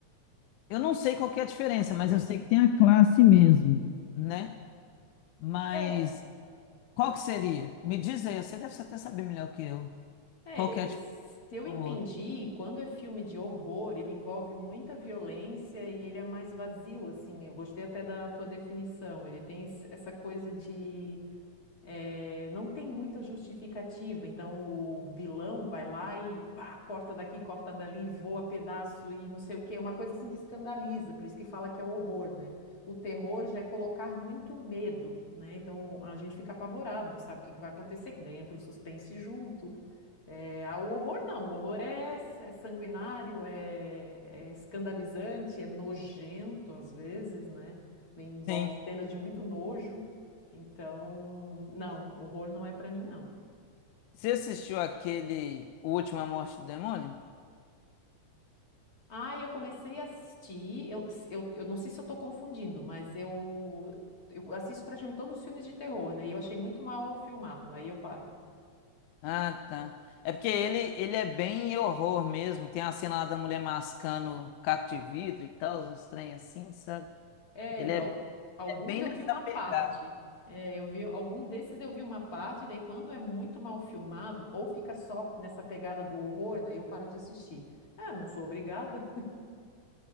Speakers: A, on the left (about 90°); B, on the left (about 35°).
A: Eu não sei qual que é a diferença, mas eu sei que tem a classe mesmo, né? Mas
B: É.
A: qual que seria? Me diz aí, você deve até saber melhor que eu.
B: É,
A: Qual que
B: eu,
A: é a diferença
B: se eu
A: do
B: entendi,
A: outro?
B: quando é filme de horror, ele envolve muita violência e ele é mais vazio, assim. Eu gostei até da tua definição. Ele tem esse- essa coisa de eh, não tem muita justificativa. Então o vilão vai lá e pá, corta daqui, corta dali, voa pedaço e não sei o quê. É uma coisa assim que escandaliza, por isso que fala que é horror, né? O terror já é colocar muito medo, né? Então a gente fica apavorado, não sabe o que que vai acontecer, que daí entra o suspense junto. É, ah, o horror não, o horror é, é sanguinário, é, é escandalizante, é nojento às vezes, né? Envolve
A: Sim.
B: cenas de muito nojo. Então, não, horror não é pra mim, não.
A: Você assistiu aquele O Última Morte do Demônio?
B: Ah, eu comecei a assistir, eu, eu, eu não sei se eu tô confundindo, mas eu, eu assisto praticamente todos os filmes de terror, né? E eu achei muito mal filmado, aí eu paro.
A: Ah, tá. É porque ele, ele é bem horror mesmo. Tem a cena lá da mulher mascando caco de vidro e tal, uns trem assim, sabe?
B: É,
A: Ele é,
B: al- alguns
A: é bem
B: eu
A: nessa
B: vi uma parte.
A: pegada.
B: É, eu vi alguns desses eu vi uma parte, daí quando é muito mal filmado ou fica só nessa pegada do horror, daí eu paro de assistir. Ah, não sou obrigada.